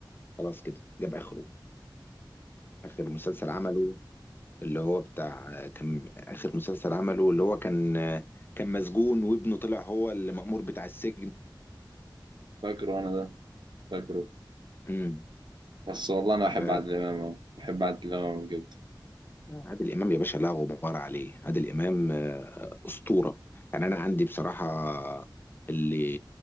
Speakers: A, on the left (about 25°); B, on the right (about 65°).
A: خلاص كده جاب اخره اخر مسلسل عمله اللي هو بتاع كان آخر مسلسل عمله اللي هو كان كان مسجون وابنه طلع هو المأمور بتاع السجن
B: فاكره انا ده فاكره
A: امم
B: بس والله انا
A: ف
B: بحب عادل امام أوي. بحب عادل امام أوي بجد
A: عادل امام يا باشا لا غبار عليه عادل امام آه، اسطوره يعني انا عندي بصراحه اللي